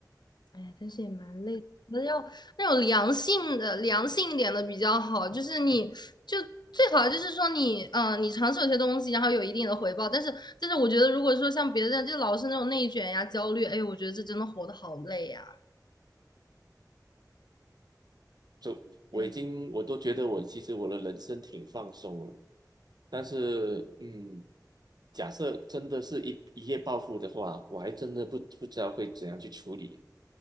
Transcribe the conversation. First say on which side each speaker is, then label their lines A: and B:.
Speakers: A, on the left; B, on the right.
A: 哎，但是也蛮累的，我觉得要那种良性的、良性一点的比较好。就是你就最好就是说你，嗯、你尝试有些东西，然后有一定的回报。但是，但是我觉得如果说像别的这样，就老是那种内卷呀、焦虑，哎，我觉得这真的活得好累呀。
B: 就我已经我都觉得我其实我的人生挺放松了，
A: 哎，
B: 但是，嗯，假设真的是一一夜暴富的话，我还真的不不知道会怎样去处理，